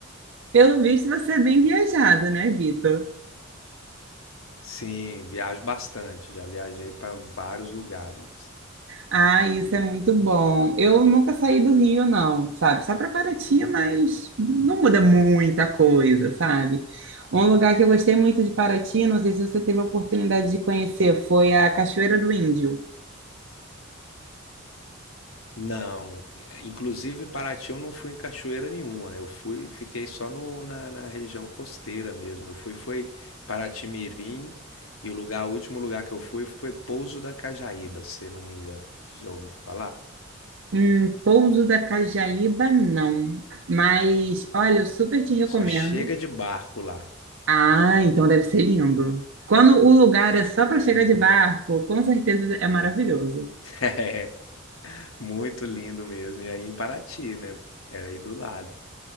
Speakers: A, on the right; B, on the left.
A: Pelo visto, você é bem viajado, né, Vitor?
B: Sim, viajo bastante. Já viajei para vários lugares.
A: Ah, isso é muito bom. Eu nunca saí do Rio, não, sabe? Só para Paraty, mas não muda muita coisa, sabe? Um lugar que eu gostei muito de Paraty, não sei se você teve a oportunidade de conhecer, foi a Cachoeira do Índio.
B: Não, inclusive Paraty eu não fui em cachoeira nenhuma. Eu fui, fiquei só no- na, na região costeira mesmo. Eu fui, foi Paraty-Mirim e o lugar, o último lugar que eu fui foi Pouso da Cajaíba, se não me engano. Você já ouviu falar?
A: Hum, Pouso da Cajaíba, não. Mas, olha, eu super te recomendo.
B: Só chega de barco lá.
A: Ah, então deve ser lindo. Quando o lugar é só para
B: Lindo.
A: chegar de barco,
B: <laughs>
A: com certeza é maravilhoso.
B: É, muito lindo mesmo. E aí em Paraty, né? Era aí do lado.